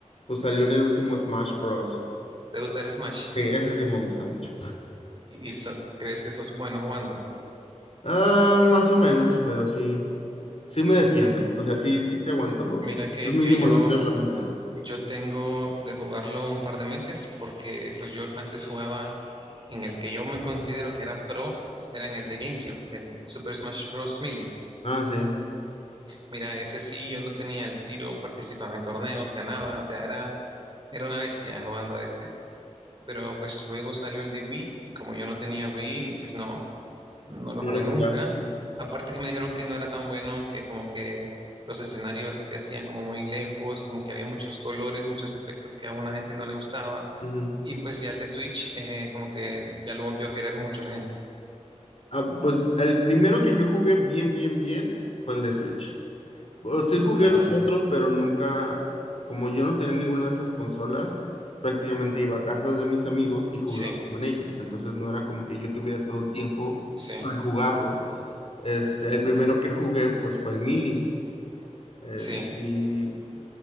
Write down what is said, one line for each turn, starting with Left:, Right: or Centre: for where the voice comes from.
Left: pues salió en el último Smash Bros.
Right: ¿Te gusta el Smash?
Left: Sí, ese sí me gusta mucho.
Right: ¿Y, y so- crees que sos bueno jugándolo?
Left: Ah, más o menos, pero sí, sí me defiendo. O sea, sí, sí te aguanto
Right: Mira que,
Left: mínimo
Right: que yo,
Left: los tres rounds.
Right: Yo tengo de jugarlo un par de meses porque pues yo antes jugaba en el que yo me considero que era pro, era en el de GameCube, el Super Smash Bros. Melee.
Left: Ah, sí,
Right: Mira, ese sí, yo lo tenía al tiro, participaba en torneos, ganaba, o sea, era, era una bestia jugando a ese. Pero pues luego salió el de Wii y como yo no tenía Wii, pues no, no lo
Left: no
Right: jugué
Left: lo
Right: nunca.
Left: jugaste.
Right: Aparte que me dijeron que no era tan bueno, que como que los escenarios se hacían como muy lejos, como que había muchos colores, muchos efectos que a una gente no le gustaba.
Left: Ujú.
Right: Y pues ya el de Switch, eh, como que ya lo volvió a querer mucho la gente.
Left: Ah, pues el primero que yo jugué bien, bien, bien fue el de Switch. O sí jugué
Right: Ajá.
Left: los otros, pero nunca, como yo no tenía ninguna de esas consolas, prácticamente iba a casas de mis amigos y jugaba
Right: Sí,
Left: con ellos. Entonces no era como que yo tuviera todo el tiempo
Right: sí,
Left: para jugarlo. Este, el primero que jugué, pues fue el Melee. Eh,
Right: sí.
Left: y